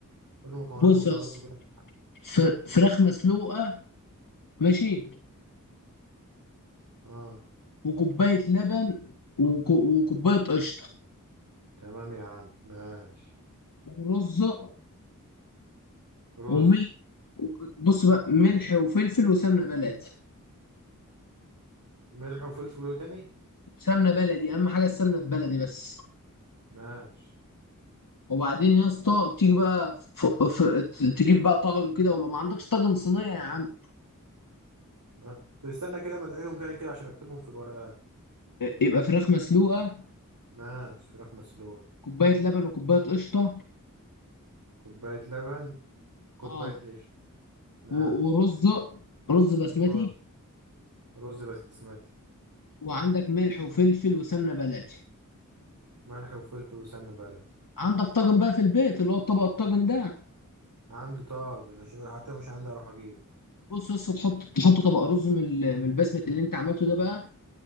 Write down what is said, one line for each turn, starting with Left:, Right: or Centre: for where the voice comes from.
Right: قول مكوناته
Left: بص
Right: وطريقته
Left: يا اسطى
Right: كده
Left: فر- فراخ مسلوقه ماشي
Right: اه
Left: وكوبايه لبن وك- وكوبايه قشطه
Right: تمام يا عم ماشي
Left: ورزه
Right: رز
Left: وملح بص بقى ملح وفلفل وسمنه بلدي
Right: ملح وفلفل وتاني
Left: وسمنه بلدي اهم حاجه السمنه البلدي بس
Right: ماشي
Left: وبعدين يا اسطى تيجي بقى ف... ف... تجيب بقى طاجن كده ولو ما عندكش طاجن صينيه يا عم
Right: ما- طب استنى كده ما تعينهم تاني كده عشان اكتبهم في الورقة
Left: يبقى فراخ مسلوقه
Right: ماشي فراخ مسلوقة
Left: كوبايه لبن وكوبايه قشطه
Right: كوباية لبن كوباية
Left: اه
Right: قشطة ماشي
Left: و... ورز رز بسمتي
Right: رز رز بسمتي
Left: وعندك ملح وفلفل وسمنه بلدي
Right: ملح وفلفل وسمنة بلدي
Left: عندك طاجن بقى في البيت اللي هو الطبق الطاجن ده
Right: عندي طاجن انا شغل حتى مش عندي اروح اجيب
Left: بص يا اسطى تحط تحط طبق رز من ال- من البسمه اللي انت عملته ده بقى